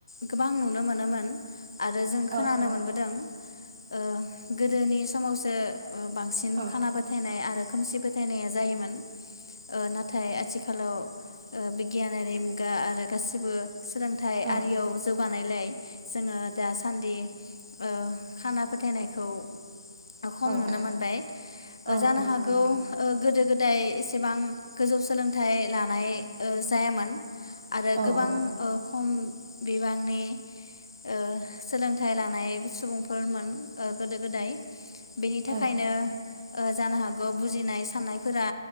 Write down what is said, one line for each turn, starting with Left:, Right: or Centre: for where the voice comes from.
Left: गोबां नुनो मोनोमोन आरो जों खोनानो
Right: औ औ
Left: मोनबोदों ओ गोदोनि सोमावसो बांसिन
Right: औ
Left: खाना फोथायनाय आरो खोमसि फोथायनाया जायोमोन नाथाय आथिखालाव बिगियानारि मुगा आरो गासिबो सोलोंथाइ
Right: औ
Left: आरियाव जौगानाय लाय जोङो दासान्दि ओ खाना फोथायनायखौ खम
Right: औ
Left: नुनो मोनबाय ओ
Right: औ
Left: जानो
Right: नंगौ
Left: हागौ
Right: नोंथां
Left: ओ गोदो गोदाय एसेबां गोजौ सोलोंथाइ लानाय जायामोन। आरो
Right: औ
Left: गोबां
Right: औ
Left: ओ खम बे बिबांनि ओ सोलोंथाइ लानाय सुबुंफोरमोन ओ गोदो गोदाय बेनि थाखायनो
Right: औ
Left: ओ जानो हागौ बुजिनाय साननायफोरा